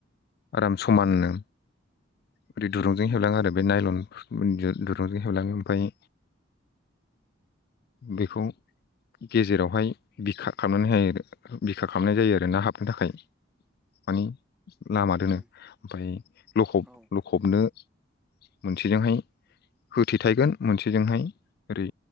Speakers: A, on the left; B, in the centre.
A: आराम समानो ओरै दुरुंजों
B: उम
A: हेबलाङो आरो बे नायलन दुरुंजों हेबलाङो ओमफ्राय बेखौ गेजेरावहाय बिखा खामनानैहायो बिखा खालामनाय जायो आरो ना हाबनो थाखाय मानि लामा दोनो
B: उम
A: ओमफ्राय लखब
B: औ
A: लखबनो मोनसेजोंहाय होथेथाइगोन मोनसेजोंहाय ओरै